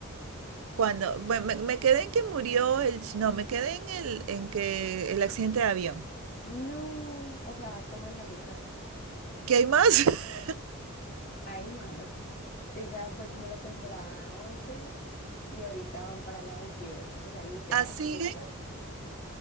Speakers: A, on the right (about 70°); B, on the left (about 40°).
A: Cuando, bueno, me, me quedé en que murió el, ch- no, me quedé en el, en que el accidente de avión.
B: No, o sea, vas como en la mitad.
A: ¿Qué hay más? <laughs>
B: Hay más. Esa fue como la temporada 11 y ahorita van para la 22. O sea, literal,
A: ¿Ah, siguen?
B: la mitad.